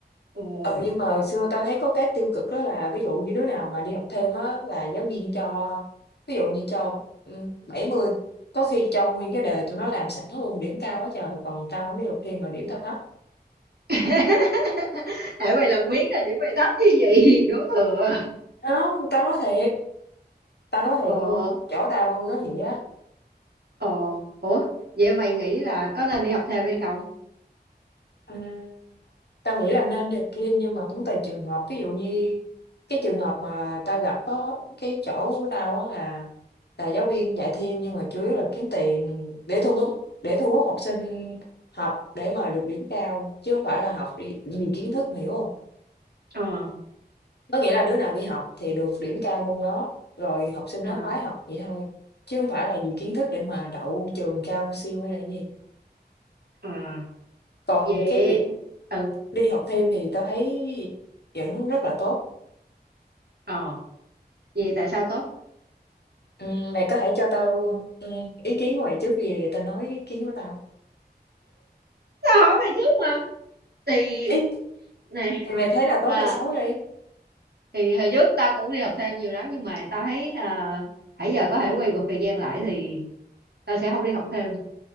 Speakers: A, on the right (about 70°); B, on the left (about 75°).
A: Ồ.
B: Ừ, nhưng mà hồi xưa tao thấy có cái tiêu cực đó là ví dụ như đứa nào mà đi học thêm á là giáo viên cho ví dụ như cho, ừm, 70, có khi cho nguyên cái đề tụi nó làm sẵn luôn, điểm cao quá trời, còn tao không biết học thêm mà điểm tao thấp.
A: <laughs> Tại mày làm biến là điểm mày thấp như vậy, đổ thừa.
B: Hông, tao nói thiệt, tao nói thiệt
A: Ồ.
B: luôn, chỗ tao luôn nói vậy á.
A: ồ, ủa, vậy mày nghĩ là có nên đi học thêm hay không?
B: Ừm, tao nghĩ là nên đi học thêm nhưng mà cũng tùy trường hợp, ví dụ như cái trường hợp mà tao gặp có cái chỗ của tao á là là giáo viên dạy thêm nhưng mà chủ yếu là kiếm tiền để thu hút để thu hút học sinh học để mà được điểm cao chứ không phải là học đi vì kiến thức mà hiểu không
A: Ờ,
B: có nghĩa là đứa nào đi học thì được điểm cao môn đó rồi học sinh
A: à,
B: nó khoái học vậy thôi chứ không phải là vì kiến thức để mà đậu trường cao siêu hay là gì
A: à,
B: còn
A: vậy,
B: cái việc
A: ừ,
B: đi học thêm thì tao thấy vẫn rất là tốt
A: ờ, vậy tại sao tốt?
B: ừ, mày có thể cho tao ừ, ý kiến của mày trước gì để tao nói ý kiến của tao
A: Tao hỏi mày trước mà. Thì,
B: ý
A: này,
B: thì mày thấy là tốt
A: à,
B: hay xấu đi
A: thì hồi trước tao cũng đi học thêm nhiều lắm, nhưng mà tao thấy à, hãy giờ có thể quay ngược thời gian lại thì tao sẽ không đi học thêm.